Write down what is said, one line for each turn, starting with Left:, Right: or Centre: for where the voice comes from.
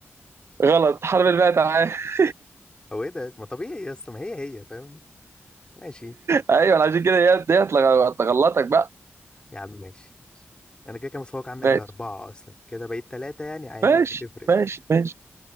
Right: غلط حرب المائة عام <laughs>
Left: او ايه ده ما طبيعي يا اسطى ما هي هي فاهم ماشي
Right: أيوة عشان كده هي ديت لغ- تغلطك بقى
Left: يا عم ماشي ماشي. انا كده كده متفوق عنك
Right: ماشي
Left: باربعة اصلا كده بقيت ثلاثة يعني عادي
Right: ماشي
Left: مش هتفرق
Right: ماشي ماشي